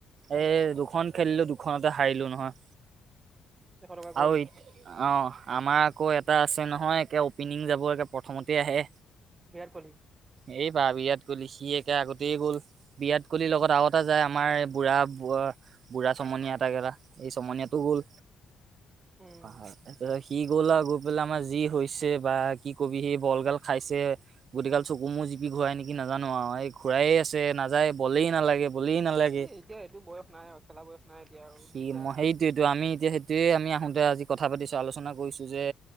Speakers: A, on the right; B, on the right.
A: উম
B: এ
A: উম
B: দুখন খেলিলো দুখনতে হাৰিলো নহয়।
A: এশ টকা গ'ল
B: আৰু এই অ' আমাৰ আকৌ এটা আছে নহয় একে অপেনিং যাব একে প্ৰথমতে আহে
A: <unintelligible>
B: এইবাৰ বিৰাট কোহলি সি একে আগতেই গ'ল বিৰাট কোহলিৰ
A: উম
B: লগত আগতে যায় আমাৰ বুঢ়া বুঢ়া চমনীয়া এটা কেইটা এই চমনীয়াতটো গ'ল
A: উম
B: অ' গ'লা গৈ পেলাই আমাৰ যি হৈছে বা কি কবি সেই বলগাল খাইছে গোতি কাল চকু মোৰ জিপি ঘূৰাই নেকি কি নাজানো আৰু এই ঘূৰায়ে আছে নাযায় বলেই নালাগে বলেই নালাগে
A: এই এতিয়া এইটো বয়স নাই আৰু খেলা বয়স নাই এতিয়া আৰু
B: স
A: দিগদাৰ।
B: ম সেইটোয়টো আমি এতিয়া সেইটোয়ে আমি আহোতে আজি কথা পাতিছো আলোচনা কৈছোঁ যে